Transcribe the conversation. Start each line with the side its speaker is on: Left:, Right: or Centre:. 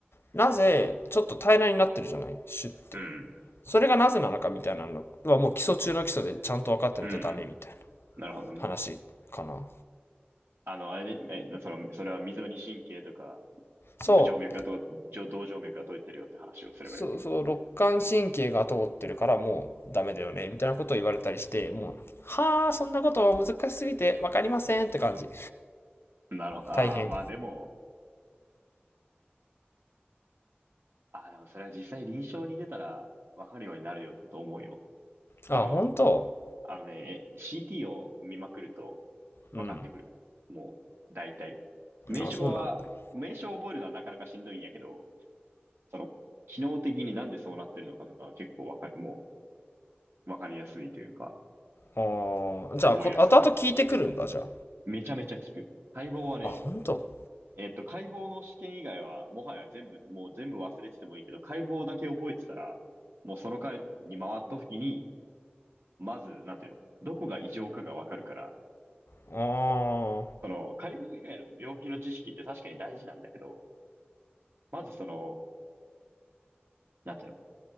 Left: なぜ、ちょっと平らになってるじゃないシュって。
Right: うん、
Left: それがなぜなのかみたいなのは、もう基礎中の基礎でちゃんと分かってないとダメみたいな
Right: うん、なるほどね。
Left: 話かな。
Right: あの、あれで、え、その、それは溝に神経とか、
Left: そう。
Right: 静脈がと、上動静脈が通ってるよって話をすればいいわけね。
Left: そうそう、肋間神経が通ってるからもうダメだよね、みたいなことを言われたりして、もう、はあ、そんなことは難しすぎて分かりませんって感じ。
Right: なるほど。ああ、
Left: 大変。
Right: まあでも、ああ、でもそれは実際臨床に出たらわかるようになるよと思うよ。
Left: あ、
Right: その、
Left: 本当
Right: あのね、え CT を見まくると分かってくる。
Left: うん。
Right: もう、大体。名称は、
Left: あ、そうなんだ。あ
Right: 名称を覚えるのはなかなかしんどいんやけど、その、機能的になんでそうなってるのかとかは結構わかる、もう、わかりやすいというか、
Left: あ、じゃあ、
Right: 覚えやすくなるから。
Left: こ、後々聞いてくるんだ、じゃ
Right: めちゃめちゃ効く。解剖はね、
Left: あ。あ、ほんと。
Right: えっと、解剖の試験以外は、もはや全部、もう全部忘れててもいいけど、解剖だけ覚えてたら、もうその回に回った時に、まず、なんていうの、どこが異常かがわかるから、
Left: あ
Right: その、解剖以外の病気の知識って確かに大事なんだけど、まずその、なんていうの、